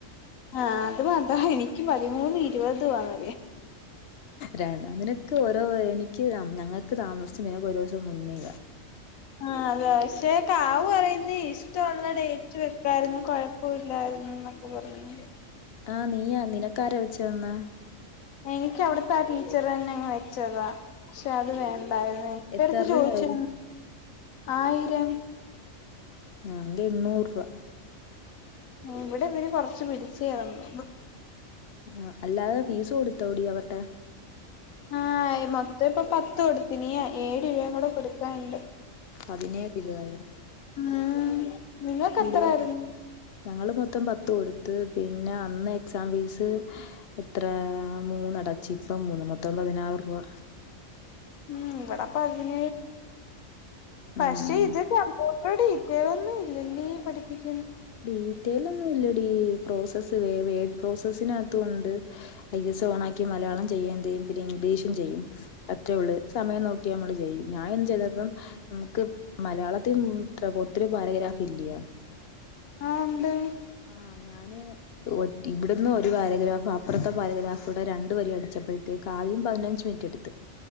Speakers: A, on the left (about 85°); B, on the left (about 55°).
A: ആഹ അത് മാത്ര എനിക്ക് പതിമൂന്ന് ഇരുപത് വന്ന
B: രണ അതിനൊക്കെ ഓരോ എനിക്ക് ഞങ്ങൾക്ക് താമസിച്ച നിനക്ക് ഒരു ദിവസം മുന്നേ
A: ആ അത പക്ഷെ കാവ് പറയുന്നത് ഇഷ്ടമുള്ള ഡേറ്റ് വെക്കാരരുന്നു കുഴപ്പമില്ലായിരുന്നു ന്നൊക്കെ പറഞ്ഞു
B: ആഹ നീയാ നിനക്കാര വെച്ച വന്ന
A: എനിക്ക് അവിടത്തെ ആ ടീച്ചർ തന്നെങ്ങ് വെച്ചതാ പക്ഷെ അത് വേണ്ടായിരുന്നു എന്റെ
B: എത്ര
A: അടുത്ത്
B: രൂപയായി
A: ചോദിച്ച ആയിരം
B: ഞങ്ങ ഇണ്ണൂറ് രൂപ
A: ഇവിടെ ഇവര് കൊറച്ച്ു പിടിച്ചു ഇറങ്ങു
B: ആ അല്ലാതെ ഫീസ് കൊടുത്തോോട അവരുടെ
A: ആഹ മൊത്തം ഇപ്പ പത്ത് കൊടുത്തിന ഏഴ് രൂപയും കൂടെ കൊടുക്കാാനുണ്ട്
B: പതിനേഴ് രൂപയ
A: ഉം നിങ്ങൾക്ക്
B: കൂടുത
A: എത്രായിരുന്നു
B: ഞങ്ങള് മൊത്തം പത്ത കൊടു പിന്നെ അന്ന് എക്സാം ഫീസ് എത്ര മൂന്നടച്ച ഇപ്പ മൂന്ന് മത്തമ്പ പതിനാറ് രൂപ
A: ഉം വട ഭാജന പക്ഷ
B: ഉം
A: ഇതി പറ <unintelligible> പഠ ഇത്യതൊന്നും ഇല്ല നീ പഠിപ്പിക്ക
B: ീ തേലന്നു ഇല്ലടിീ പ്രോസസ്സ് വ വേഡ് പ്രോസസ്സിനകത്തൊണ്ട് ഐ എസ് ഓൺ ആക്കി മലയാളം ചെയ്യേത ചെയ്യും പിന്നെ ചെയ്യും അത്രേ ഉ സമയം നോക്കിയ നമ്മള് ചെയ്യും ഞൻ ചെയ്ത ന മരയാളത്തി ഒത്തിരി പാരഗ്രാഫ് ഇല്ലയ
A: ആഹ എണ്ട്
B: ആഹ ഞാന് ഇവിടന്ന് ഒരു പാരഗ്രാഫ് അപ്പുറത്തെ പാരഗ്രാഫ്ടെ രണ്ട പര അടിച്ചപ്പോഴത്തേക്ക് ആദ്യം പതിനഞ്ച് മിനിറ്റ് എടുത്ത്